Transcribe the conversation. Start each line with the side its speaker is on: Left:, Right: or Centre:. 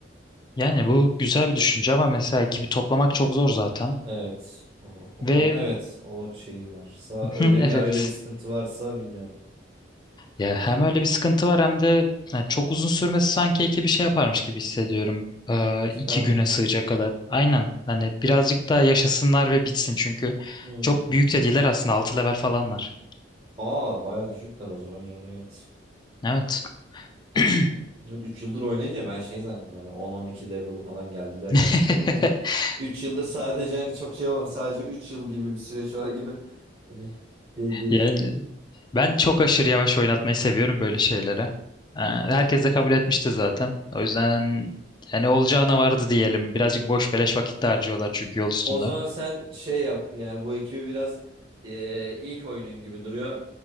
Left: Yani bu güzel bir düşünce ama mesela ekibi toplamak çok zor zaten.
Right: Evet. O, o
Left: Ve
Right: konu evet o şeyim varsa
Left: <laughs>
Right: öyle
Left: evet.
Right: ya öyle bir sıkıntı varsa bilmiyorum.
Left: Ya hem öyle bir sıkıntı var hem de yani çok uzun sürmesi sanki iki bir şey yaparmış gibi hissediyorum. Ee,
Right: Sıkar
Left: iki
Right: mı?
Left: güne sığacak kadar. Aynen. Hani birazcık daha yaşasınlar ve bitsin çünkü
Right: Hmm.
Left: çok büyük de değiller aslında 6 level falanlar.
Right: Aa baya düşükler o zaman yani evet.
Left: Evet. <clears throat>
Right: Evet, 3 yıldır oynayınca ben şey zannettim hani on on iki level'ı falan geldiler
Left: <laughs>
Right: zannettim de <laughs> 3 yıldır sadece hani çok şey olmamış sadece 3 yıl gibi bir süreç var gibi hani şey değil.
Left: Yani ben çok aşırı yavaş oynatmayı seviyorum böyle şeylere. Ee, herkes de kabul etmişti zaten. O yüzden yani olacağına vardı diyelim. Birazcık boş beleş vakit de harcıyorlar çünkü yol üstünde.
Right: O zaman sen şey yap yani bu ekibi biraz eee, ilk oyunun gibi duruyor.